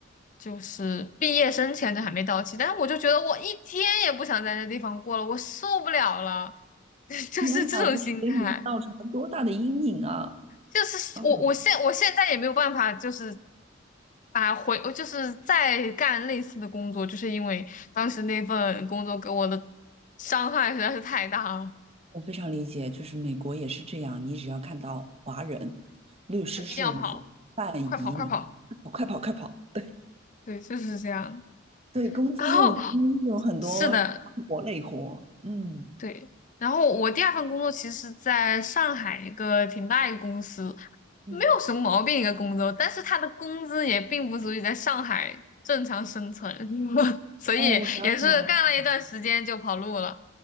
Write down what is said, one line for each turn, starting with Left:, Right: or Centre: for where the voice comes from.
Left: 就是毕业生签证还没到期，但是我就觉得我一天也不想在那地方过了，我受不了了，<laughs> 就是这种心态。
Right: 天哪，这是给你造成了多大的阴影啊！
Left: 就是我，
Right: 嗯，
Left: 我现我现在也没有办法，就是啊回，就是再干类似的工作，就是因为当时那份工作给我的伤害实在是太大了，
Right: 我非常理解，就是美国也是这样，你只要看到华人律师事务所办移民，
Left: 就一定要跑。快跑快跑！
Right: 快跑快跑！对。
Left: 对，就是这样。
Right: 对，工资又低，
Left: 然后
Right: 有很多苦活累活。
Left: 是的，
Right: 嗯
Left: 对。然后我第二份工作其实是在上海一个挺大一个公司，
Right: 嗯，
Left: 没有什么毛病一个工作，但是他的工资也并不足以在上海正常生存，<laughs> 所以也是干了一段时间就跑路了。
Right: 哦，我了解了。